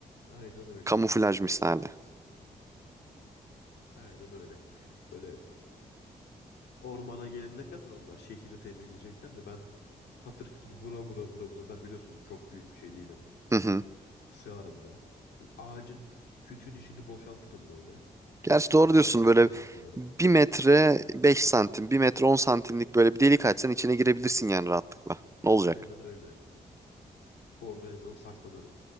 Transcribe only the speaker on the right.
Kamuflaj misali.
Hı hı.
Gerçi doğru
diyorsun
böyle
bir metre 5 santim, bir metre 10 santimlik böyle bir delik açsan içine girebilirsin yani rahatlıkla. Ne olacak?